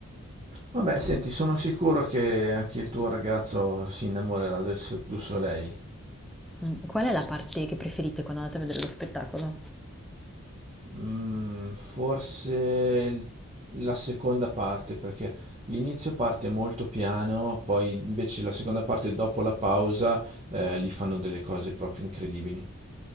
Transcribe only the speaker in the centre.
Mm, Qual è la parte che preferite quando andate a vedere lo spettacolo?